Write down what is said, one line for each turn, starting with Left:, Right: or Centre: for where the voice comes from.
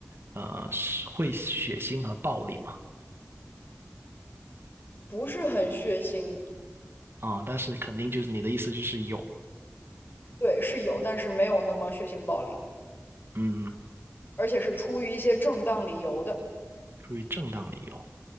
Right: 呃，是会血腥和暴力吗？
Left: 不是很血腥。
Right: 啊、但是肯定就是你的意思就是有，
Left: 对，是有，但是没有那么血腥暴力，
Right: 嗯，
Left: 而且是出于一些正当理由的。
Right: 出于正当理由，